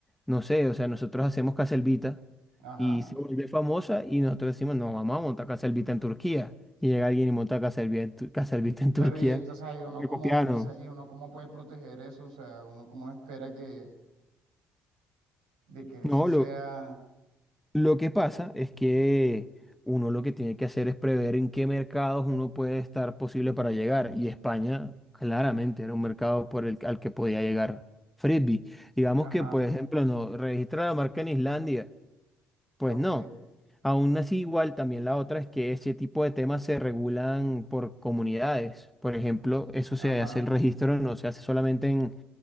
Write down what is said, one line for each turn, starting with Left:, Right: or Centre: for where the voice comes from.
Centre: no sé, o sea, nosotros hacemos Caselvita
Right: Ajá.
Centre: y se vuelve famosa y nosotros decimos, no, vamos a montar Caselvita en Turquía. Y llega alguien y monta Caselvita en, Tu- Caselvita en Turquía.
Right: Pero, y, esto, o sea, y uno
Centre: Le
Right: cómo,
Centre: copiaron.
Right: o sea, y uno cómo puede proteger eso, o sea, uno cómo espera que, de que
Centre: No,
Right: eso sea.
Centre: lo, Lo que pasa es que uno lo que tiene que hacer es prever en qué mercados uno puede estar posible para llegar. Y España claramente era un mercado por el, al que podía llegar Frisbee. Digamos
Right: Ajá.
Centre: que, por ejemplo, no registra la marca en Islandia. Pues
Right: Ok.
Centre: no. Aún así, igual también la otra es que este tipo de temas se regulan por comunidades. Por ejemplo, eso
Right: Ajá.
Centre: se hace el registro, no se hace solamente en,